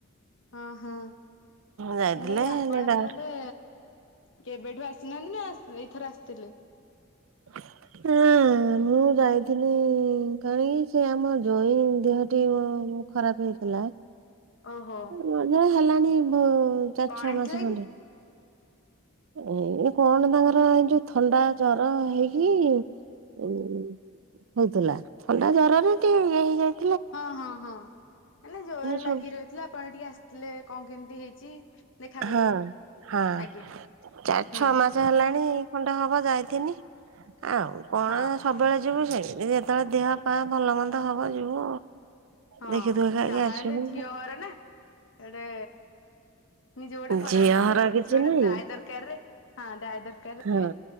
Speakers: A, on the left; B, on the right.
A: ହଁ ହଁ ମୁଁ
B: ଯାଇଥିଲେ
A: କହିଲି ଆପଣ
B: ତାଙ୍କର
A: ତାହାଲେ କେବେଠୁ ଆସିନାହାନ୍ତି ନା ଏଇଥର ଆସିଥିଲେ
B: <unintelligible> ମୁଁ ଯାଇଥିଲି କଣି ସେ ଆମ ଜଇଁ ଦେହଟି ଖରାପ ହେଇଥିଲା।
A: ଓହୋ।
B: <unintelligible> ହେଲାଣି ବ ଚାରି
A: କଣ
B: ଛଅ
A: ହେଇଥିଲା
B: ମାସେ ଖଣ୍ଡେ।
A: କି
B: ଏଇ କଣ ତାଙ୍କର ଏଇ ଯୋଉ ଥଣ୍ଡା ଜର ହେଇକି ଉ ହଉଥିଲା ଥଣ୍ଡା ଜ୍ୱରରେ ଟିକେଇଏ ହେଇଯାଇ
A: ହଁ ହଁ ହଁ ମାନେ ଜୋର
B: ଶୁଣ
A: ଲାଗି ରହିଥିଲା ଆପଣ ଟିକେ ଆସିଥିଲେ କଣ କେମିତି ହେଇଛି? ଦେଖା କରିବାକୁ
B: ହଁ ହଁ
A: ଆଜ୍ଞା
B: ଚାରି
A: ହୁଁ
B: ଛଅ ମାସ ସେ ହେଲାଣି ଖଣ୍ଡେ ହବ ଯାଇଥିନି ଆଉ କଣ
A: ହଁ
B: ସବୁବେଳେ ଯିବୁ ସେ ଯେତେବେଳେ ଦେହ ପା ଭଲ ମନ୍ଦ ହବ ଯିବୁ।
A: ହଁ
B: ଦେଖି ଦୁଖା ଖାଇକି
A: ଯାହା
B: ଆସିବୁ
A: ହେଲେ ଝିଅ ଘର ନା ଏଟେ ନିଜକୁ ଗୋଟେ ଖରାପ
B: ଝିଅ
A: ଲାଗେ
B: ହର
A: ଆଉ କିଛି ଗୋଟେ
B: ନାହିଁ
A: ଦାୟ ଦରକାର ରେ ହଁ ଦାୟ ଦରକାର ରେ
B: ହଁ
A: ସିଏ